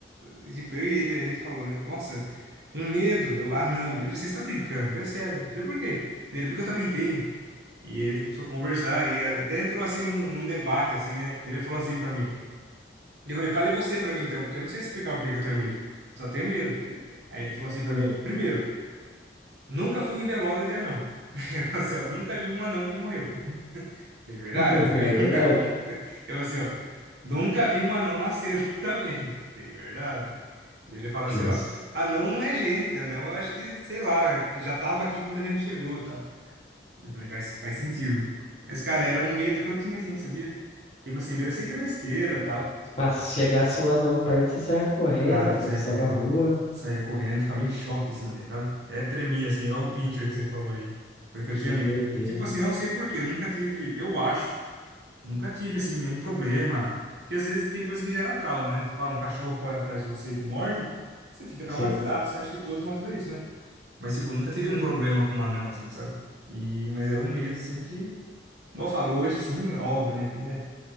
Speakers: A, on the right; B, on the left.
A: aí, tipo, eu e ele, a gente falou, né? Nossa, um medo, eu, anão. Ele, você está brincando? Eu falei, "É sério. Eu falei, por quê? Ele, porque eu também tenho. E ele começou a conversar, e até entrou assim num, num debate, assim, né? Ele falou assim pra mim. Ele falou, fale você pra mim então, porque eu não sei explicar por que que eu tenho medo. Só tenho medo. Aí ele falou assim pra
B: Hum,
A: mim: primeiro, nunca fui em velório de anão. <laughs> Eu falei assim, ó, nunca vi um anão que morreu. Falei, verdade,
B: <laughs>
A: eu também
B: É verdade.
A: não. <laughs> Eu assim, ó, nunca vi um anão nascer <laughs> também. Falei, verdade. Daí ele fala
B: Justo.
A: assim, ó, anão não é gente, anão eu acho que, sei lá, já tava aqui quando a gente chegou e tal. Eu falei, faz, faz sentido. Mas, cara, era um medo que eu tinha, assim, sabia? Tipo assim, eu sei que é besteira e tal.
B: Ah, se chegasse um anão perto, você saia correndo,
A: Cara,
B: atravessava
A: saia correndo.
B: a rua.
A: saía correndo, ficava em choque, assim, velho, sabe? Até tremia, assim, igual o Pinscher que você falou aí, porque
B: Que
A: eu tinha medo.
B: doideira.
A: E, tipo assim, não sei por quê, eu nunca tive, eu acho, nunca tive, assim, nenhum problema. Porque às vezes tem coisa que gera trauma, né? Tipo, ah, um cachorro corre atrás de você e te morde, você fica traumatizado,
B: Sim.
A: você acha que todos vão fazer isso, né? Mas, tipo, eu nunca tive um problema com um anão, assim, sabe? E, mas era um medo, assim, que, igual eu falo, hoje, assim, óbvio, né? Que, né?